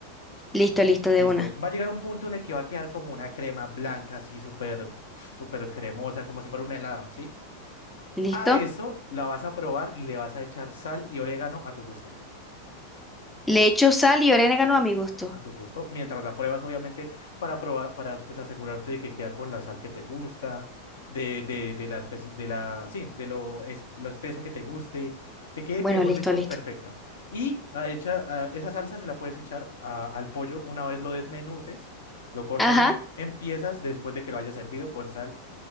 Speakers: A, in the centre; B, on the left (about 65°).
A: Listo, listo, de
B: Listo.
A: una.
B: Va a llegar un punto en el que va a quedar como una crema blanca, así súper, pf, súper cremosa, como si fuera un helado, ¿sí?
A: Listo.
B: A eso la vas a probar y le vas a echar sal y orégano a tu gusto.
A: Le echo sal y orégano a mi gusto.
B: A tu gusto. Mientras la pruebas, obviamente, para probar, para pues asegurarte de que queda con la sal que te gusta, de, de, de la especie, de la, sí, de lo, es, lo espeso que te guste, que quede,
A: Bueno,
B: mejor
A: listo,
B: dicho,
A: listo.
B: perfecta. Y a hecha, a- esa salsa se la puedes echar a- al pollo una vez lo desmenuces, lo cortes
A: Ajá.
B: en, en piezas después de que lo hayas servido con sal